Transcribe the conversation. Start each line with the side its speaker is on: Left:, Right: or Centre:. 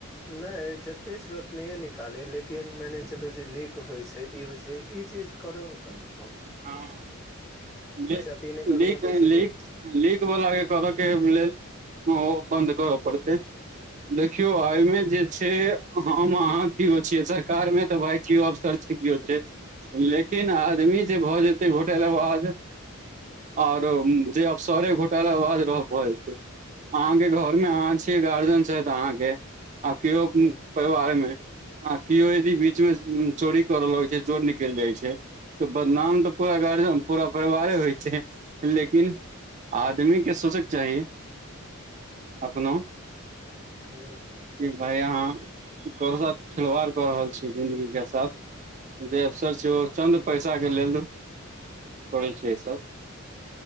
Centre: नै जते छै ओतनईये निकाले लेकिन माएन के चलू जे लीक होय छै, ई होय छै। ई चीज करौ नै कन्ट्रो
Right: हाॅं ले
Centre: बच्चा तऽ ई नहि कखनो
Right: लीक-लीक
Centre: कहै छै जे
Right: लीक बला के करऽ के लेल ओ बन्द करा पड़तै। देखियो एमे जे छै हम अहाँ कियो छियै, सरकार मे तऽ भाय कियो अफसर छै, कियो छै। लेकिन आदमी जे भऽ जेतै घोटेला बाज आरो उम्म जे अफसरे घोटाला बाज रहा पड़े छै। अहाँ के घर मे अहाँ छिये, गार्जन छै छैथ अहाॅं के अ कियो उम्म
Centre: ह
Right: परिवार में अहां कियो यदि बीच में चोरी करऽ लागै छै, चोर निकल जाय छै तऽ बदनाम तऽ पूरा गार्जन पूरा परिवारे होय छै। लेकिन आदमी के सोचै के चाही अपनो
Centre: हूॅं-हूॅं।
Right: की भाय अहाँ ककरो साथ खेलवाड़ क रहल छिये जिन्दगी के साथ। जे अफसर छिये ओ चन्द पैसा के लेल करै छै ई सब।